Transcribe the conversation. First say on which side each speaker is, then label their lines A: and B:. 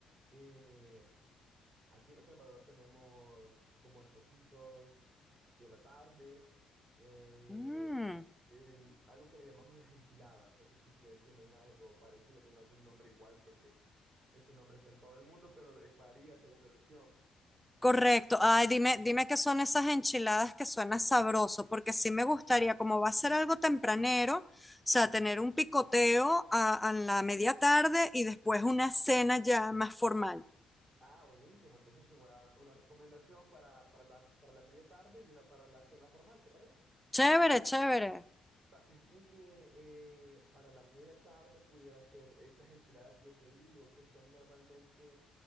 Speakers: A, on the right; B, in the centre.
A: Eh, aquí en El Salvador tenemos como antojitos de la tarde. eh,
B: Mm,
A: el- algo que le llamamos las enchiladas. No sé si ustedes tienen algo parecido con algún nombre igual, creo que ese nombre está en todo el mundo, pero eh, varía según la región.
B: correcto. Ay, dime, dime qué son esas enchiladas que suena sabroso, porque sí me gustaría, como va a ser algo tempranero, o sea, tener un picoteo a, a la media tarde y después una cena ya más formal.
A: Ah, buenísimo. Entonces te voy a dar una recomendación para, para la, para la media tarde y una para la cena formal, ¿te parece?
B: Chévere, chévere.
A: Va, fíjate que eh, para la media tarde pudiera ser estas enchiladas que yo te digo, que son normalmente